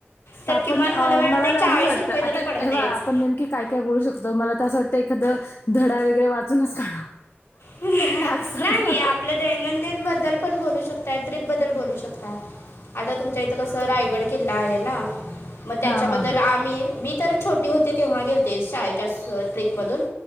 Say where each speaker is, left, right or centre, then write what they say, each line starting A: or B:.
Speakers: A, on the left; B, on the left.
A: तर
B: आपण
A: किमान
B: अं
A: वाटते
B: मला तर असंच
A: चाळीस
B: वाटत.
A: रुपये
B: आता
A: तरी पडतेच
B: हे बघा आपण नेम की काय काय बोलू शकतो, मला तर असं वाटतं एखाद धडा वगैरे वाचूनच काढावं.
A: <unintelligible>
B: टाक्स हा
A: नाही. आपलं दैनंदिन बद्दल पण बोलू शकताय, ट्रिप बद्दल बोलू शकता. आता तुमच्या इथं कसं रायगड किल्ला आहे ना, मग त्याच्याबद्दल
B: हा हा
A: आम्ही, मी तर छोटी होते तेव्हा गेल ते शाळेच्या ट्रिपमधून,